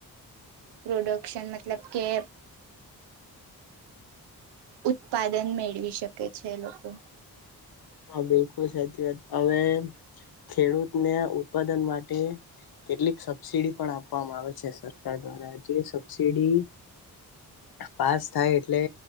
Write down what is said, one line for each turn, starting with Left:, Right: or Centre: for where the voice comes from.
Right: પ્રોડક્શન મતલબ કે ઉત્પાદન મેળવી શકે છે લોકો.
Left: હા બિલકુલ સાચી વાત હવે ખેડૂતને ઉત્પાદન માટે કેટલીક સબસીિડી પણ આપવામાં આવે છે સરકાર દ્વારા જે સબસિડી પાસ થાય એટલે